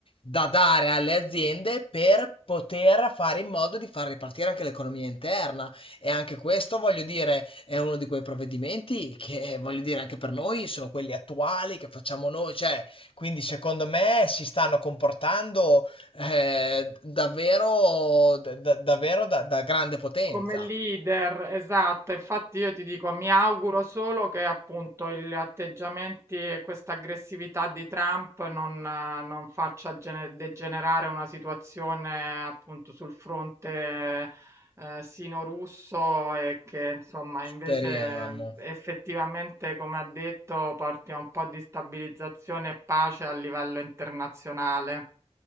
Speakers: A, on the left; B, on the right.
A: da dare alle aziende per poter fare in modo di far ripartire anche l'economia interna. E anche questo, voglio dire, è uno di quei provvedimenti che, voglio dire, anche per noi sono quelli attuali che facciamo noi, cioè, quindi secondo me si stanno comportando eh, davvero, da- da- davvero da, da grande potenza.
B: Come leader, esatto, infatti io ti dico, mi auguro solo che appunto gli atteggiamenti e questa aggressività di Trump non, eh, non faccia gene- degenerare una situazione appunto sul fronte eh, sino-russo e che insomma invece
A: Speriamo.
B: effettivamente, come ha detto, porti a un po' di stabilizzazione e pace a livello internazionale.